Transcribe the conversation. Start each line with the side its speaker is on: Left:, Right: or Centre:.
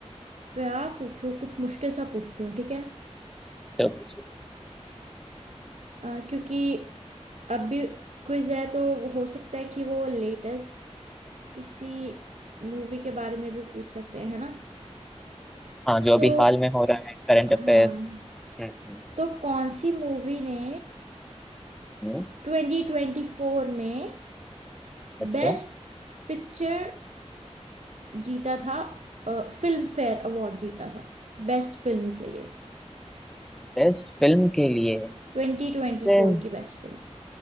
Right: क्या पूछूं कुछ मुश्किल सा पूछती हूँ ठीक है
Centre: तो पूछो
Right: अ, क्योंकि अभी क्विज है तो वो हो सकता है कि वो लेटेस्ट किसी मूवी के बारे में भी पूछ सकते हैं है ना
Centre: हाँ जो
Right: सो
Centre: अभी हाल में हो रहा है करंट अफेयर्स
Right: हाँ
Centre: हम्म हम्म,
Right: तो कौन सी मूवी ने
Centre: हम्म,
Right: 2024 में
Centre: अच्छा
Right: बेस्ट पिक्चर जीता था फिल्म फेयर अवार्ड जीता था बेस्ट फिल्म के लिए
Centre: बेस्ट फिल्म के लिए
Right: ट्वेंटी ट्वेंटी
Centre: ट्वेंटी
Right: फोर की बेस्ट फिल्म